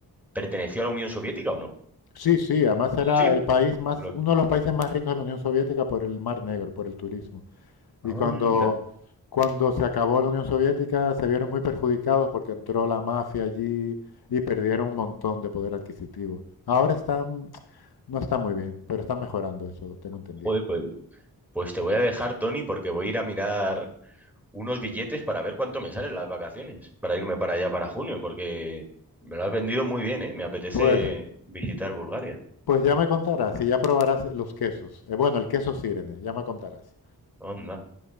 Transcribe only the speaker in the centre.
¿perteneció a la Unión Soviética o no?
Sí.
lo-
anda,
joder, pues, pues te voy a dejar, Tony, porque voy a ir a mirar unos billetes para ver cuánto me salen las vacaciones, para irme para allá para junio, porque me lo has vendido muy bien, ¿eh? Me apetece
visitar Bulgaria.
Anda.